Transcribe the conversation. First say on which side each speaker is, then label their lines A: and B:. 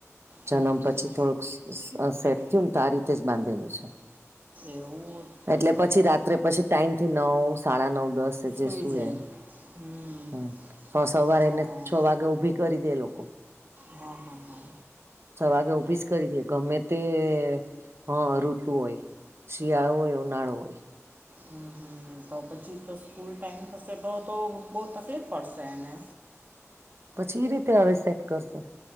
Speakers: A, on the right (about 55°); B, on the right (about 35°).
A: જન્મ
B: હમ,
A: પછી થોડુંક સે સેટ. તો આ રીતે જ બાંધેલું છે
B: એવું
A: એટલે
B: તો
A: પછી રાત્રે પછી. ટાઈમ થી નવ સાડા નવ દસ જે
B: સુઈ
A: શું
B: જાય
A: એમ
B: હમ
A: હ. છ સવારે
B: હા
A: એને
B: હા
A: છ વાગે ઊભી કરી દે લોકો
B: હા હા હા.
A: છ વાગે ઉભીજ કરી છે ગમે તે. હા ઋતુ હોય શિયાળો હોય ઉનાળો હોય.
B: હમ હમ તો પછી તો સ્કૂલ ટાઈમ થશે તો તો બહુ તકલીફ પડશે એને
A: પછી ઈ રીતે હવે સેટ કરશું.